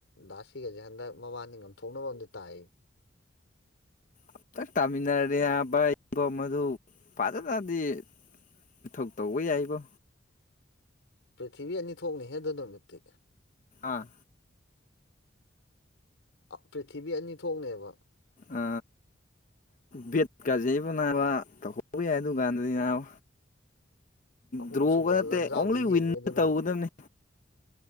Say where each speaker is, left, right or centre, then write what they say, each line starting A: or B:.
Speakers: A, on the left; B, on the left.
A: ꯗꯥꯁꯤꯒꯁꯦ ꯍꯟꯗꯛ ꯃꯕꯥꯅꯤ ꯉꯝꯊꯣꯛꯅꯕ ꯑꯝꯗ ꯇꯥꯛ
B: ꯑꯝꯇ ꯇꯥꯃꯤꯟꯅꯔꯦ ꯍꯥꯏꯕꯕ ꯃꯗꯨ ꯐꯖꯅꯗꯤ ꯏꯊꯧ ꯇꯧꯕ ꯌꯥꯏꯕꯣ
A: ꯄ꯭ꯔꯤꯊꯤꯕꯤ ꯑꯅꯤ ꯊꯣꯛꯅꯤꯍꯦꯗꯅꯃꯤꯠꯇꯤ
B: ꯑꯥ
A: ꯄ꯭ꯔꯤꯊꯤꯕꯤ ꯑꯅꯤ ꯊꯣꯛꯅꯦꯕ
B: ꯑ ꯕꯠ ꯀꯖꯩꯕꯅꯥꯕ ꯇꯧ ꯍꯧꯕ ꯌꯥꯏ ꯑꯗꯨꯒꯀꯥꯟꯗꯗꯤ ꯅꯥꯎ
A: ꯑꯍꯨꯝꯁꯨꯕ
B: ꯗ꯭ꯔꯣꯒ ꯅꯠꯇꯦ
A: ꯂꯥꯟꯖꯥꯎꯗ
B: ꯑꯣꯡꯂꯤ
A: ꯍꯦꯟꯅꯤ
B: ꯋꯤꯟꯅ
A: ꯑꯗꯨ ꯅꯨꯃꯤꯠꯇꯤ
B: ꯇꯧꯒꯗꯕꯅꯤ